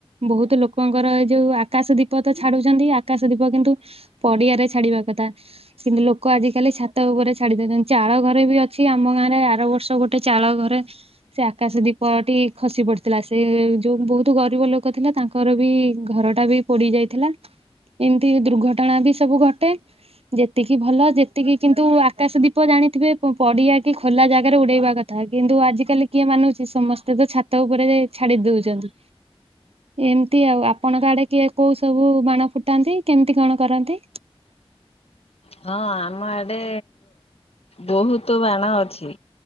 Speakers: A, on the right; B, on the left.
A: ବହୁତ ଲୋକଙ୍କର ଏ ଯୋଉ ଆକାଶ ଦୀପ ତ ଛାଡୁଛନ୍ତି ଆକାଶ ଦୀପ କିନ୍ତୁ ପଡିଆରେ ଛାଡିବା କଥା କି ଲୋକ ଆଜିିକାଲି ଛାତ ଉପରେ ଛାଡି ଦଉଛନ୍ତି ଚାଳ ଘରେ ବି ଅଛି ଆମ ଗାଁ ରେ ଆର ବର୍ଷ ଗୋଟେ ଚାଳ ଘରେ ସେ ଆକାଶ ଦୀପ ଟି ଖସି ପଡିଥିଲା। ସେ ଯୋଉ ବହୁତ ଗରିବ ଲୋକ ଥିଲା ତାଙ୍କର ବି ଘର ଟା ବି ପୋଡି ଯାଇଥିଲା। ଏମିତି ଦୁର୍ଘଟଣା ବି ସବୁ ଘଟେ ଯେତିକି ଭଲ ଯେତିକି କିନ୍ତୁ ଆକାଶ ଦୀପ ଜାଣିଥିବେ। ପଡିଆ କି ଖୋଲା ଜାଗାରେ ଉଡେଇବା କଥା। କିନ୍ତୁ ଆଜିିକାଲି କିଏ ମାନୁଚି। ସେ ସମସ୍ତେ ତ ଛାତ ଉପରେ ଯାଇ। ଛାଡି ଦଉଛନ୍ତି ଏମିତି ଆଉ ଆପଣଙ୍କ ଆଡେ କିଏ କୋଉ ସବୁ ବାଣ ଫୁଟାନ୍ତି କେମିତି କଣ କରନ୍ତି।
B: ହଁ ଆମ ଆଡେ ବହୁତ ବାଣ ଅଛି